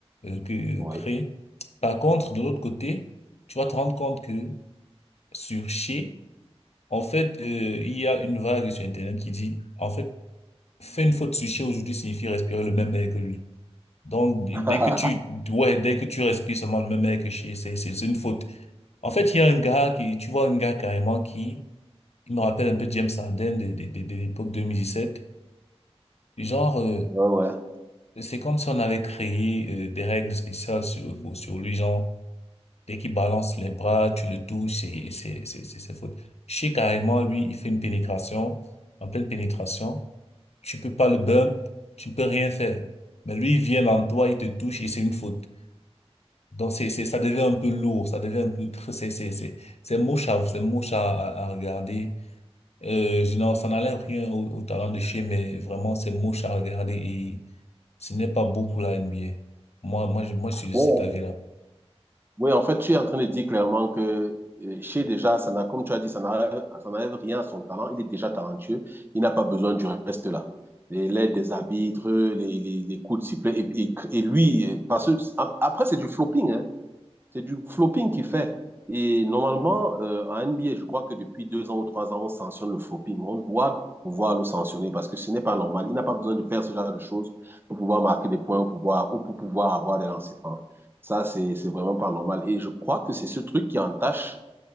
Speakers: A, on the left (about 75°); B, on the right (about 20°).
A: euh, que euh,
B: oui.
A: créent. Par contre, de l'autre côté, tu vas te rendre compte que sur Shea, en fait, euh, il y a une vague sur Internet qui dit, en fait, faire une faute sur Shea aujourd'hui signifie respirer le même air que lui. Donc, dès
B: <laughs>
A: que tu, ouais, dès que tu respires seulement le même air que chez, c'est, c'est c'est une faute. En fait, il y a un gars qui, tu vois, un gars carrément qui, il me rappelle un peu James Harden de, de, de, de l'époque 2017. Genre, euh,
B: Ouais, ouais.
A: c'est comme si on avait créé euh, des règles spéciales sur, pour- sur lui, genre, dès qu'il balance les bras, tu le touches, c'est, c'est, c'est, c'est c'est faute. Chez carrément, lui, il fait une pénétration, en pleine pénétration, tu peux pas le bump, tu peux rien faire. Mais lui, il vient dans toi, il te touche et c'est une faute. Donc c'est, c'est, ça devient un peu lourd, ça devient un peu tr- c'est c'est c'est c'est moche à c'est moche à, à à regarder. Euh, je n'en ça n'enlève rien au, au talent de chez, mais vraiment c'est moche à regarder et ce n'est pas beau pour la NBA. Moi moi je- moi je suis de
B: Ouais,
A: cet avis-là.
B: Oui, en fait, tu es en train de dire clairement que euh, Shea, déjà, ça n'a, comme tu as dit, ça n'enlève ça n'enlève rien à son talent. Il est déjà talentueux. Il n'a pas besoin du reste là. Les- L'aide des arbitres, les, les, les coups de sifflet. Et, et- et lui, euh, parce que c'est- a- après, c'est du flopping. hein. C'est du flopping qu'il fait. Et normalement, euh, en NBA, je crois que depuis deux ans ou trois ans, on sanctionne le flopping. On doit pouvoir le sanctionner parce que ce n'est pas normal. Il n'a pas besoin de faire ce genre de choses pour pouvoir marquer des points ou, pour pouvoir, ou pour pouvoir avoir des lancers francs. Ça, c'est c'est vraiment pas normal. Et je crois que c'est ce truc qui entache